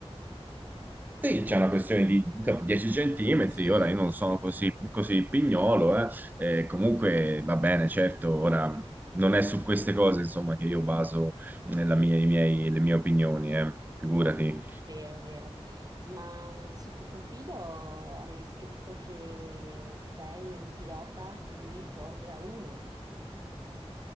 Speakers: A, on the right; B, on the right.
A: Sì, c'è una questione di insomma, 10 centimetri,
B: Sì,
A: ora io non sono così, così pignolo, eh, e comunque va bene, certo, ora non è su queste cose insomma che io baso nella mia- i miei- le mie opinioni, eh, figurati.
B: no, vero, vero. Ma sul tuo profilo avevi scritto che sei un pilota di Formula 1.